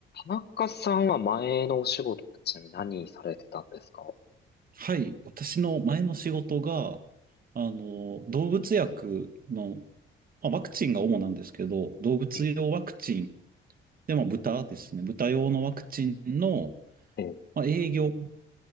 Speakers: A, on the left (about 55°); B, on the right (about 45°).
A: 田中さんは前のお仕事ってちなみに何されてたんですか
B: はい。私の前の仕事が、あの、動物薬の、まあ、ワクチンが主なんですけど、動物用ワクチン、
A: え、
B: でも豚ですね。豚用のワクチンの、
A: え、え
B: まあ、営業っ